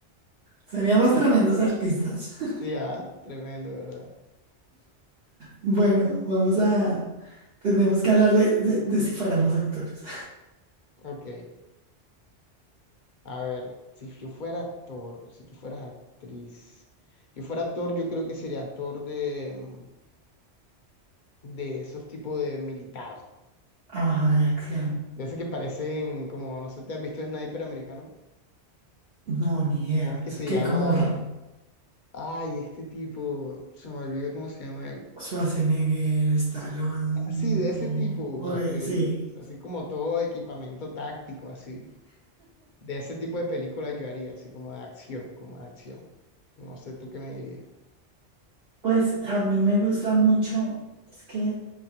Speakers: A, on the right (about 60°); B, on the left (about 50°).
A: Seríamos tremendos artistas. <laughs>
B: Sí, ah, tremendo, ¿verdad?
A: Bueno, vamos a... Tenemos que hablar de, de, de si fuéramos actores.
B: Ok, a ver, si yo fuera actor, si tú fueras actriz, si yo fuera actor, yo creo que sería actor de, mm, de esos tipos de militar,
A: Ajá, de acción.
B: de esos que parecen como, no sé, ¿te has visto Sniper americano?
A: No, ni idea.
B: ¿Cómo es que
A: Es
B: se
A: que
B: llama?
A: como R-
B: Ay, este tipo, se me olvidó cómo se llama él.
A: Schwarzenegger, Stallone,
B: Así, de ese
A: o...
B: tipo,
A: o,
B: ya
A: eh,
B: que,
A: sí.
B: así como todo equipamiento táctico, así. De ese tipo de película yo haría, así como de acción, como de acción. No sé tú qué me dirías.
A: Pues a mí me gusta mucho, es que